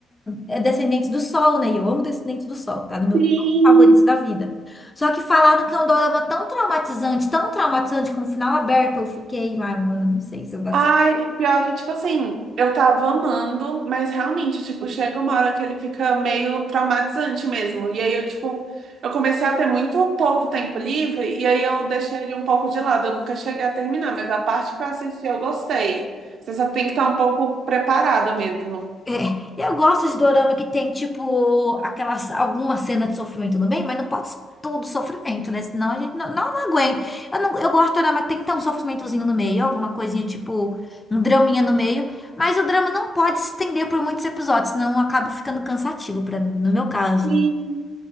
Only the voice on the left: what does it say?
é, Descendentes do Sol, né? E eu amo Descendentes do Sol, tá? No meu
top favorito da vida. Só que falaram que é um dorama tão traumatizante, tão traumatizante, com o final aberto, eu fiquei, ai, mano, não sei se eu vou
É, eu gosto de dorama que tem, tipo, aquelas, alguma cena de sofrimento no meio mas não pode ser todo sofrimento, né? Senão a gente não, não, não aguenta. Eu, não, eu gosto de dorama que tem então um sofrimentozinho no meio, alguma coisinha, tipo, um draminha no meio, mas o drama não pode se estender por muitos episódios, senão acaba ficando cansativo pra mim, no meu caso.